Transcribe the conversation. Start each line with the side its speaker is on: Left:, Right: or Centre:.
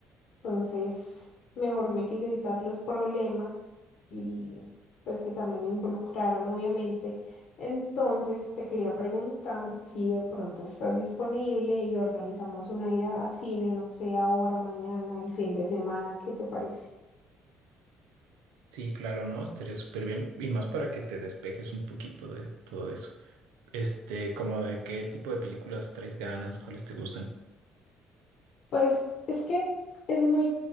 Left: Entonces, mejor me quise evitar los problemas y pues que también me involucraran, obviamente. Entonces, te quería preguntar si de pronto estás disponible y organizamos una ida a cine, no sé, ahora, mañana, el fin de semana, ¿qué te parece?
Right: Sí, claro, ¿no? Estaría súper bien. Y más para que te despejes un poquito de todo eso. Este, como de qué tipo de películas traes ganas, cuáles te gustan.
Left: Pues es que es muy